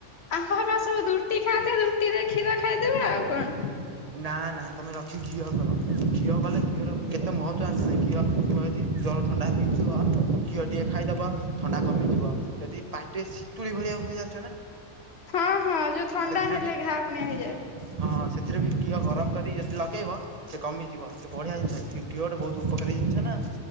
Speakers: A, on the left; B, on the right.
A: ଆମର ପରା ସବୁ ରୁଟି ଖାଆନ୍ତି। ରୁଟି ରେ କ୍ଷୀର ଖାଇଦେବେ ଆଉ କଣ।
B: ନା ନା, ତମେ ରଖି କି ଘିଅ କର। ଘିଅ କଲେ ଘିଅର କେତେ ମହତ୍ଵ ଜାଣିଚ ନା, ଘିଅ ଥୁଆ ହୋଇ ଯଦି ଜର ଥଣ୍ଡା ହେଇଥିବ ଘିଅ ଟିକେ ଖାଇଦେବ ଥଣ୍ଡା କମିଯିବ। ଯଦି ପାଟି ରେ ସି ତୁଳି ଭଳିଆ ହୁଏ ଜାଣିଚ ନା?
A: ହଁ ହଁ ଯୋଉଁ ଥଣ୍ଡା
B: ସେଥିରେ
A: ହେଲେ
B: ବି
A: ଘା ଫୁଣି ହେଇଯାଏ।
B: ହଁ ସେଥିରେ ବି ଘିଅ ଗରମ କରି ଯଦି ଲଗେଇବ ସେ କମିଯିବ। ସିଏ ବଢିଆ ଜିନିଷ। ଘିଅ ଗୋଟେ ବହୁତ୍ ଉପକାରୀ ଜିନିଷ ନା।